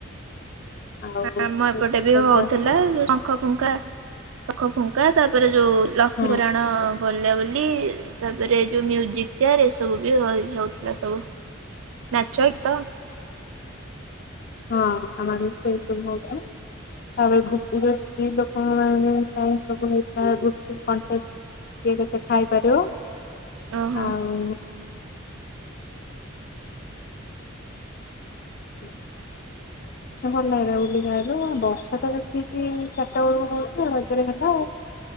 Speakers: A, on the left; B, on the right.
A: ଆଉ ସବୁ
B: ଆମ ଏପଟେ
A: ଛୋଟ
B: ବି ହଉଥିଲା
A: ପିଲା ସବୁ
B: ଶଙ୍ଖ ଫୁଙ୍କା ଶଙ୍ଖ ଫୁଙ୍କା ତାପରେ ଯୋଉ ଲକ୍ଷ୍ମପୁରାଣ
A: ହୁଁ
B: ବୋଲା ବୋଲି। ତାପରେ ଯୋଉ ମ୍ୟୁଜିକ୍ ଚେୟାର, ଏ ସବୁ ବି ହଉଥିଲା ସବୁ। ନାଚ ଗୀତ
A: ହଁ ଆମର ବି ସେଇ ସବୁ ହଉଥିଲା। ତାପରେ <unintelligible> ସ୍ତ୍ରୀ ଲୋକ ମାନଙ୍କ ସବୁ ହେଇଥିଲା ଗୁପ୍ ଚୁପ୍ କଣ୍ଟେଷ୍ଟ। କିଏ କେତେ ଖାଇପାରିବ,
B: ଓହୋ।
A: ଆଉ <unintelligible>
B: ଆଚ୍ଛା
A: ନାଇଁ ଭଲ ଲାଗିଲା ବୁଲିକି ଆଇଲୁ। ବର୍ଷା ତ ଠିକି ଚାରିଟା ବେଳକୁ ହଉଚି ରଜରେ ହେଲା ଆଉ।